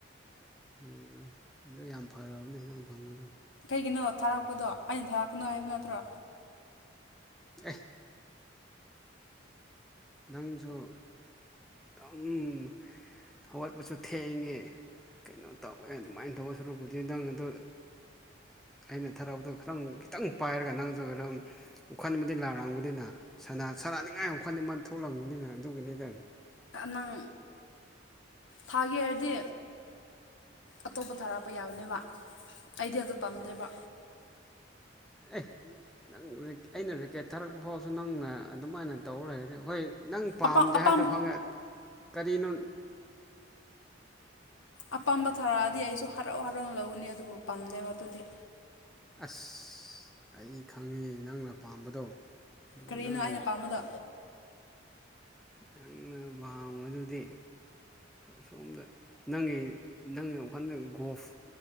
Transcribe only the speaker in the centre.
ꯎꯝ ꯑꯗꯨ ꯌꯥꯝ ꯐꯕꯅꯦ ꯍ ꯅꯪ ꯐꯪꯕꯗꯣ
ꯑꯦ ꯅꯪꯖꯨ ꯎꯝ ꯍꯋꯥ ꯄꯁꯨ ꯊꯦꯡꯉꯦ ꯀꯩꯅꯣ ꯇꯧꯋꯦ ꯑꯗꯨꯃꯥꯏꯅ ꯇꯧꯔ ꯁꯨꯔꯛꯄꯨꯗꯤ ꯅꯪ ꯑꯗꯣ ꯑꯩꯅ ꯊꯔꯛꯇꯣ ꯈꯤꯇꯪ ꯈꯤꯇꯪ ꯄꯥꯏꯔꯒ ꯅꯪꯁꯨ ꯑꯗꯨꯝ ꯂꯥꯛꯔꯛꯑꯝꯒꯅꯤꯅ ꯁꯔꯅꯤꯡꯉꯥꯏ ꯑꯃꯨꯈꯜꯗꯤ ꯃ ꯊꯣꯛꯂꯝꯕꯅꯤꯅ ꯑꯗꯨꯒꯤꯅꯤꯗꯪ
ꯑꯦ ꯅꯪ ꯑꯩꯅ ꯔꯦꯀꯦꯠ ꯊꯥꯔꯛꯄ ꯐꯥꯎꯁꯨ ꯅꯪꯅ ꯑꯗꯨꯃꯥꯏꯅ ꯇꯧꯔ ꯂꯩꯔꯗꯤ ꯍꯣꯏ ꯅꯪ ꯄꯥꯝꯗꯦ
ꯍꯥꯏꯕꯗꯣ ꯐꯪꯉꯛ ꯀꯔꯤꯅꯣ
ꯑꯁ ꯑꯩ ꯈꯪꯉꯦ ꯅꯪꯅ ꯄꯥꯝꯕꯗꯣ ꯑꯗꯨ
ꯅꯪ
ꯅꯪꯅ ꯄ ꯃꯗꯨꯗꯤ ꯁꯣꯝꯗ ꯅꯪꯒꯤ ꯅꯪꯒꯤ ꯋꯥꯈꯜꯗ ꯒꯣꯐ